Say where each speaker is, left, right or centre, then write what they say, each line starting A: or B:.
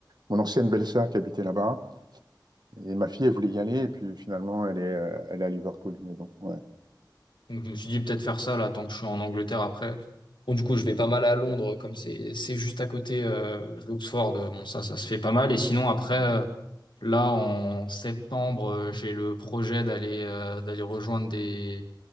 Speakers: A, on the right; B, on the left.
A: mon ancienne belle-sœur qui habitait là-bas. Et ma fille, elle voulait y aller, et puis finalement, elle est, euh, elle est à Liverpool. Mais bon, ouais.
B: Donc, je me suis dit peut-être faire ça là, tant que je suis en Angleterre après. Bon, du coup, je vais pas mal à Londres, comme c'est c'est juste à côté euh, d'Oxford. Bon, ça, ça se fait pas mal. Et sinon, après, euh, là, en septembre, euh, j'ai le projet d'aller euh, d'aller rejoindre des